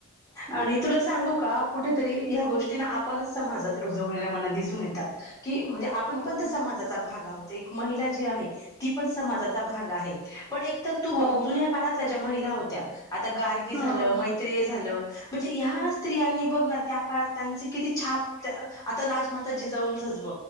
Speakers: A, in the centre; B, on the left.
A: हम्म
B: आणि तुला सांगू का कुठेतरी
A: हम्म
B: ह्या गोष्टीला आप पणच समाजात रुजवलेल्या मला दिसून येतात की म्हंजे आपणपण
A: हो
B: त्या समाजाचा भाग आहोत एक महिला जी आहे तीपन समाजाचा भाग आहे पण एकतर तू
A: हो
B: बघ जुन्या काळातल्या ज्या महिला होत्या आता गार्गी
A: हां
B: झालं मैत्रेय झालं. म्हंजे ह्या स्त्रियांनी बघना त्या काळात त्यांचे किती छाप त आता राजमाता जिजावूंच च्ब.